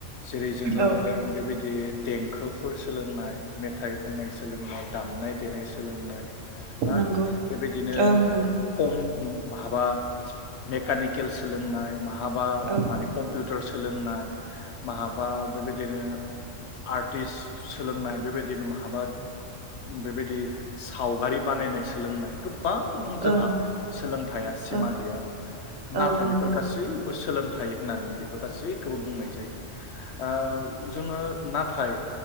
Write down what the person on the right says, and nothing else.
औ
नंगौ
औ नंगौ औ नंगौ
औ
औ
औ
औ
नंगौ